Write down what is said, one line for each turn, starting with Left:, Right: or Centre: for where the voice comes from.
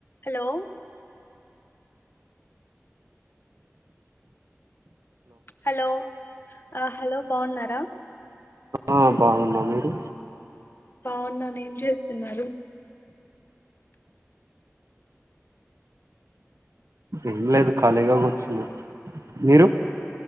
Left: Hello hello ఆ hello బాగున్నా. ర
Right: ఆ బాగున్నా మీరు?
Left: బావున్నాను, ఏం చేస్తున్నారు?
Right: ఏం లేదు ఖాళీగా కూర్చున్న, మీరు?